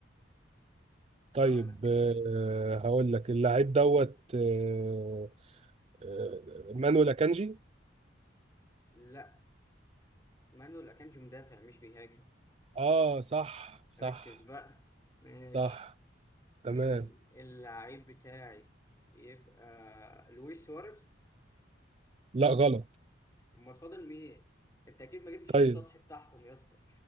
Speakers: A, on the left; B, on the right.
A: سؤالك
B: طيب آه، هقول لك اللعيب دوت آه، آه، مانويل اكانجي
A: لا مانويل أكانجي مدافع مش بيهاجم
B: اه صح صح
A: ركز بقى ماشي
B: صح تمام
A: ال- اللعيب بتاعي يبقى لويس سواريز
B: لا غلط
A: امال فاضل مين انت اكيد ما جبتش
B: طيب
A: السطح بتاعهم يا اسطى